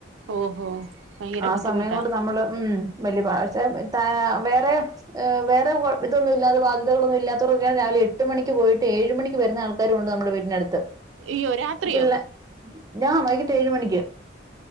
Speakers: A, on the right; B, on the right.
A: ഓഹോ ഭയങ്കര
B: ആ
A: ബുദ്ധിമുട്ടാ
B: സമയം കൊണ്ട് നമ്മള് ഉം വലിയഷെ വേറെ വേറെ ഇതൊന്ന ഇല്ലാ ബാധ്യകളൊന്ന ഇല്ലാത്തവൊെയ രിലെ എട്ട് മണി പോയി്ഏഴ മണിക്ക് വരുന്ന ആൾക്കരുണ്ട് നമ്മുടെ വീടിനടുത്ത്
A: അയ്യോ രാത്രിയോ
B: പിള്ളെ ഞാൻ വൈ ഏഴ് മണിക്ക്